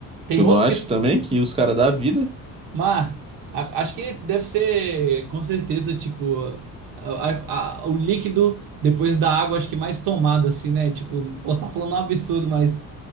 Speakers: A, on the right; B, on the right.
A: Tem
B: Tu
A: outro
B: não acha
A: que
B: também que os caras dá a vida?
A: Mas a- acho que deve ser, com certeza, tipo, a- a- a- o líquido depois da água, acho que mais tomado, assim, né? Tipo, posso estar falando um absurdo, mas,